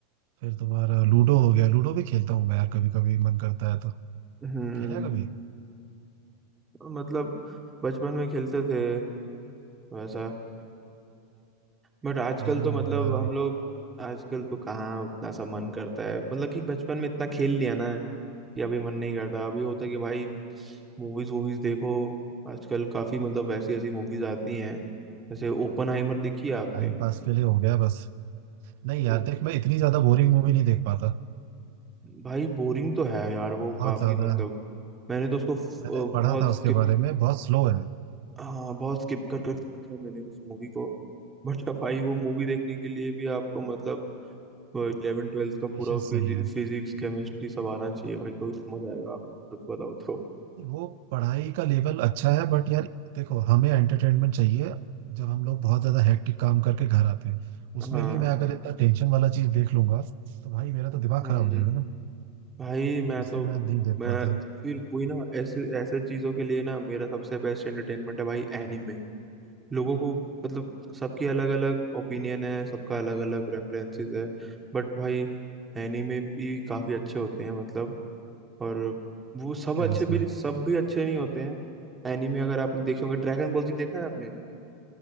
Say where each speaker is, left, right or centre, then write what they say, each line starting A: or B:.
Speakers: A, on the right; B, on the right.
A: फिर तुम्हारा लूडो हो गया लूडो भी खेलता हूँ मैं यार कभी कभी मन करता है तो
B: हम्म
A: खेला है कभी
B: मतलब बचपन में खेलते थे वैसा बट आजकल
A: कैरम
B: तो
A: हो
B: मतलब
A: गया
B: हम लोग आजकल तो कहाँ उतना सा मन करता है मतलब कि बचपन में इतना खेल लिया ना कि अभी मन नहीं करता अभी होता है कि भाई मूवीज वूवीज देखो आजकल काफी मतलब ऐसी ऐसी मूवीज आती हैं जैसे ओपनहाइमर देखी है आपने
A: टाइम पास के लिए हो गया बस नहीं यार
B: ओ,
A: देख मैं इतनी ज्यादा बोरिंग मूवी नहीं देख पाता
B: भाई बोरिंग तो है यार वो
A: बहुत
B: काफी
A: ज्यादा
B: मतलब मैंने तो उसको फ-
A: मैंने
B: अ,
A: पढ़ा
B: बहुत
A: था
B: स्किप
A: उसके बारे में बहुत स्लो है
B: हाँ बहुत स्किप कर कर रखा है मैंने उस मूवी को बट भाई वो मूवी देखने के लिए भी आपको मतलब इलेवन ट्वेल्थ का
A: पेशेंस
B: पूरा
A: चाहिए
B: फिजिक्स केमिस्ट्री सब आना चाहिए भाई तो समझ आएगा आप सच बताओ तो
A: वो पढ़ाई का लेवल अच्छा है बट यार देखो हमें एंटरटेनमेंट चाहिए जब हम लोग बहुत ज्यादा हेक्टिक काम करके घर आते हैं
B: हाँ
A: उसमें भी मैं अगर इतना टेंशन वाला चीज देख लूंगा तो भाई मेरा तो दिमाग
B: हम्म।
A: खराब हो जाएगा ना
B: भाई मैं
A: तो इसलिए
B: तो
A: मैं नहीं देख
B: मैं
A: पाता
B: फिर वही ना ऐसे ऐसे चीजों के लिए ना मेरा सबसे बेस्ट एंटरटेनमेंट है भाई एनीमे लोगों को मतलब सबकी अलग अलग ओपिनियन है सबका अलग अलग प्रेफरेंसेस है बट भाई एनीमे भी काफी अच्छे होते हैं मतलब और वो सब
A: क्या
B: अच्छे
A: है इसमें
B: भी सब भी अच्छे नहीं होते हैं एनीमे अगर आपने देखे होंगे ड्रैगन बॉल जी देखा है आपने